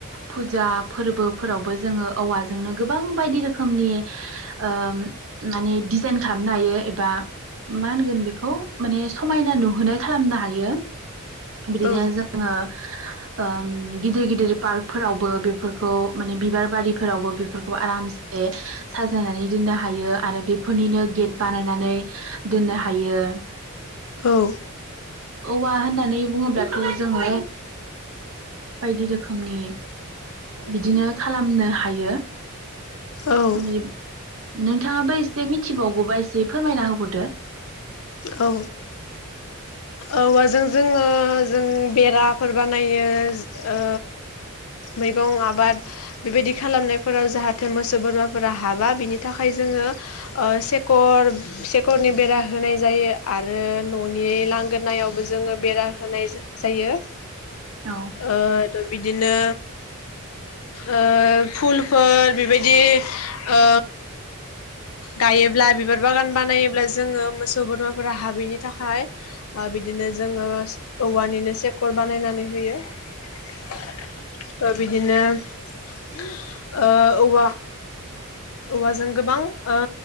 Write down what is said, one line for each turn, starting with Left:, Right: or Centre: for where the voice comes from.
Right: फुजा फोरबोफोरावबो जोङो औवाजोंनो गोबां बायदि रोखोमनि ओम माने दिजाइन खालामनो हायो एबा मा होनगोन बेखौ ओम समायना नुनाय खालामनो हायो। बिदिनो
Left: औ
Right: जोङो ओम गिदिर गिदिर पार्कफोरावबो बेफोरखौ माने बिबार बारिफोरावबो बेफोरखौ आरामसे साजायनानै दोननो हायो आरो बेफोरनिनो गेट बानायनानै दोननो हायो।
Left: औ।
Right: औवा होननानै बुङोब्लाथ' जोङो बायदि रोखोमनि बिदिनो खालामनो हायो।
Left: औ
Right: <unintelligible> नोंथाङाबो एसे मिथिबावगौबा एसे फोरमायना होबावदो।
Left: औ, औवाजों जोङो जों बेराफोर बानायो ओ मैगं आबाद बेबायदि खालामनायफोराव जाहाथे मोसौ बोरमाफोरा हाबा बिनि थाखाय जोङो सेकर सेकरनि बेरा होनाय जायो आरो न'नि लांगोनायावबो जोङो बेरा होनाय जायो।
Right: औ
Left: ओ <unintelligible> बिदिनो ओ फुलफोर बेबायदि ओ गायोब्ला बिबार बागान बानायोब्ला जोङो मोसौ बोरमाफोरा हाबैनि थाखाय आ बिदिनो जोङो औवानिनो सेकर बानायनानै होयो। ओ बिदिनो ओ औवा औवाजों गोबां ओ